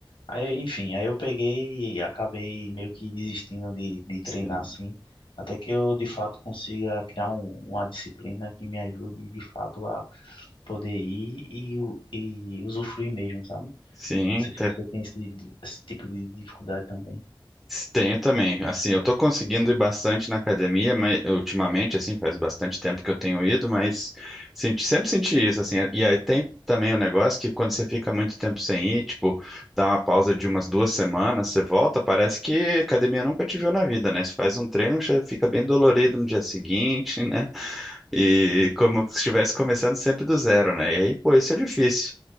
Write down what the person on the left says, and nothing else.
aí enfim, aí eu peguei e acabei meio que desistindo de, de treinar
assim, até que eu de fato consiga criar um- uma disciplina que me ajude de fato poder ir e, u- e usufruir mesmo, sabe?
Não sei se você tem esse, esse tipo de dificuldade também.